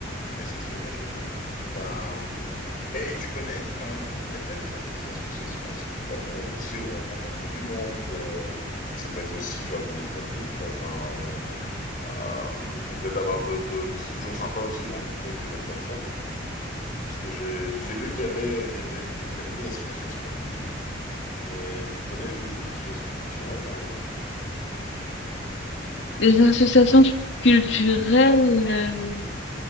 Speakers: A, on the left (about 45°); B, on the left (about 70°).
A: essentiellement, je veux dire. T'as, hum, Et, et tu connais, enfin, il y a peut-être des, inf- des associations si tu vas, pour aussi rencontrer du monde. euh, ça peut être aussi faire du networking, quoi. Enfin, on- euh, peut-être avoir de, de- c'est toujours sympa aussi de rencontrer des nouvelles personnes. Parce que j'ai, j'ai vu qu'il y avait, euh, il y avait, il y a beaucoup d'associations sportives, mais tu connais des, des associations culturelles, par exemple?
B: Les associations culturelles, euh,